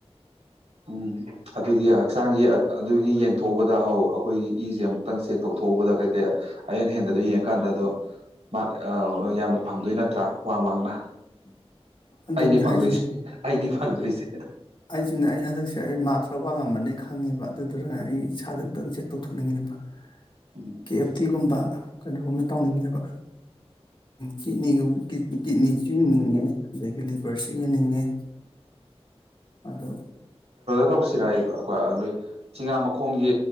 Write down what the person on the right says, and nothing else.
ꯎꯝ ꯑꯗꯨꯒꯤ ꯍꯛꯆꯥꯡꯒꯤ ꯑꯗꯨꯒꯤ ꯌꯦꯡꯊꯣꯛ ꯊꯧꯕꯗ ꯍꯧꯎ ꯑꯩꯈꯣꯏꯒꯤ ꯏꯁꯦ ꯑꯃꯨꯛꯇꯪ ꯆꯦꯛ ꯇꯧꯊꯣꯛꯎꯕꯗ ꯀꯩ ꯀꯩ ꯑꯍꯦꯟ ꯍꯦꯟꯗꯗ ꯌꯦꯡꯀꯥꯟꯗ ꯑꯗꯣ ꯃꯥ ꯌꯥꯝꯅ ꯐꯪꯗꯣꯏ ꯅꯠꯇ꯭ꯔꯥ ꯋꯥꯡ ꯋꯥꯡꯅ
ꯑꯩꯗꯤ ꯐꯪꯗꯣꯏꯁꯦ
ꯑꯩꯅꯦ ꯐꯪꯗꯣꯏꯁꯦ
ꯎꯝ
ꯇꯧꯁꯤꯔꯛꯏꯕ ꯑꯗꯨ ꯆꯤꯡꯉꯥ ꯈꯣꯡꯒꯤ